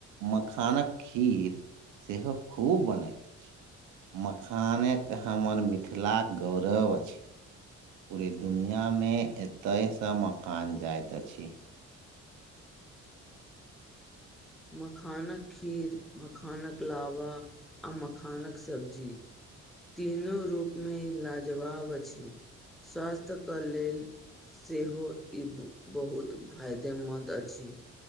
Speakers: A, on the right; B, in the centre.
A: मखानक खीर सेहो खुब बनैत अछि। मखाने त हमर मिथिलाक गौरव अछि। पूरे दुनिया में एते स मखान जाइत अछि।
B: मखानक खीर, मखानक लावा आ मखानक सब्जी तीनो रूप मे ई लाजवाब अछि स्वास्थ्य के लेल। सेहो ई बहुत फायदेमन्द अछि